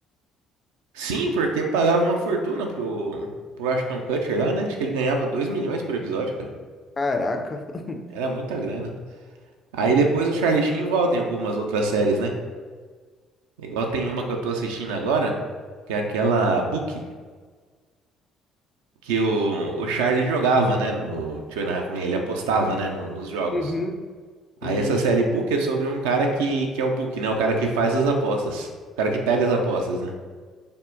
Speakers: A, on the right (about 75°); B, on the left (about 30°).
A: Sim, porque pagava uma fortuna pro, pro Ashton Kutcher lá, né? Acho que ele ganhava 2 milhões por episódio, cara.
B: Caraca. <laughs>
A: Era muita grana. Aí depois o Charlie Sheen volta em algumas outras séries, né? Igual tem uma que eu tô assistindo agora, que é aquela Bookie, que o, o Charlie jogava, né? No Two and a Half Men, ele apostava, né? no- nos jogos.
B: Uhum,
A: Aí
B: uhum.
A: essa série Book é sobre um cara que, que é o Book, né? O cara que faz as apostas. O cara que pega as apostas, né?